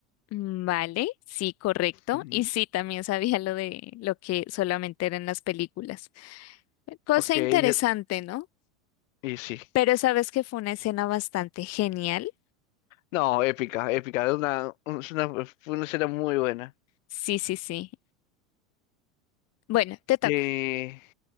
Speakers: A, on the left (about 35°); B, on the left (about 65°).
A: mm, vale, sí, correcto.
B: Ujú.
A: Y sí, también sabía lo de lo que solamente era en las películas. Cosa
B: Ok,
A: interesante,
B: ya-
A: ¿no?
B: y sí.
A: Pero sabes que fue una escena bastante genial.
B: No, épica, épica. Una, un- es una, fue una escena muy buena.
A: Sí, sí, sí. Bueno, te toca.
B: Eh,